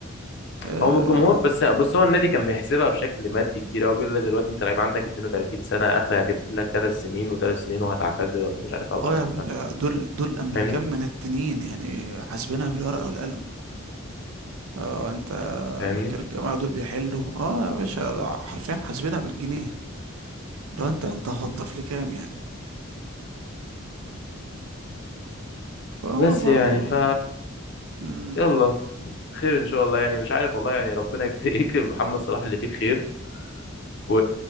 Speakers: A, on the right (about 85°); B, on the left (about 55°).
A: اه
B: هو من الجمهور بس بس هو النادي كان بيحسبها بشكل مادي كتير قوي بيقول لك دلوقتي انت لعيب عندك 32 سنه اخر هجيب لك ثلاث سنين وثلاث سنين وهتعتزل ولا مش عارف اربع
A: آه
B: سنين
A: يا باشا
B: وهتعتزل
A: دول دول امريكان
B: فاهمني
A: من التنين يعني حاسبينها بالورقة والقلم اه انت
B: فاهمني
A: فاكر الجماعة دول بيحلوا اه يا باشا ده حرفيا حاسبينها بالجنيه لو انت انت هتضيف لي كام يعني فهو
B: بس
A: برضو
B: يعني ف
A: مم،
B: يلا خير ان شاء الله يعني مش عارف والله يعني ربنا يكت- <laughs> يكتب لمحمد صلاح اللي فيه الخير و...